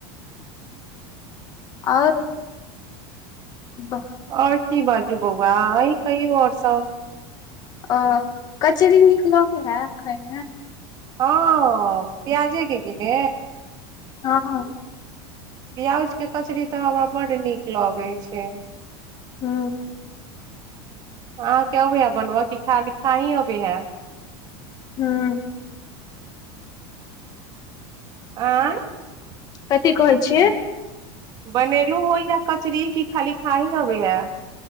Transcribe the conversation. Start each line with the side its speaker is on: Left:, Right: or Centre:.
Left: आऔर वाह
Right: आओर की बाजू बौआ अइ कहियो आओर सब
Left: अ कचरी नीक लागेय हाय खायमे
Right: हँ पिआज कि कि ने
Left: हँ
Right: प्याज के कचरी तऽ हमरा बड्ड नीक लगैत छै
Left: हँ
Right: अहाँ के अबै है बनबऽ क खाली खा ही अबे हाय
Left: हुँ
Right: आँय
Left: कथी कहै छियै
Right: बनेलु हन या कचरी की खाली खाही अबेय या